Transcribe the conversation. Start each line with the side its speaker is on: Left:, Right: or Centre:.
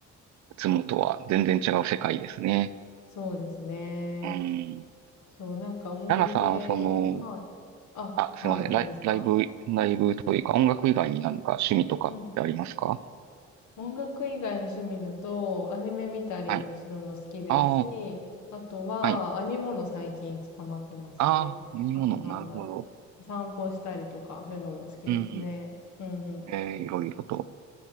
Right: つもとは全然違う世界ですね。
Left: そうですね。
Right: うん。
Left: そう、なんか思い出、
Right: ラナさん、その、
Left: はい。あ、
Right: あ、
Left: はい、
Right: すいません。
Left: なんですか
Right: ライ、ライブ、ライブというか音楽以外になんか趣味とかってありますか
Left: うん。音楽以外の趣味だと、アニメ見たりするのも好きですし、
Right: はい。ああ、
Left: あとは、
Right: はい。
Left: 編み物最近捕まってますね。
Right: ああ、飲み物、
Left: あとなんだろう。
Right: なるほど。
Left: 散歩したりとか、そういうのも好きですね。
Right: うん。
Left: うん
Right: えー、いろいろと。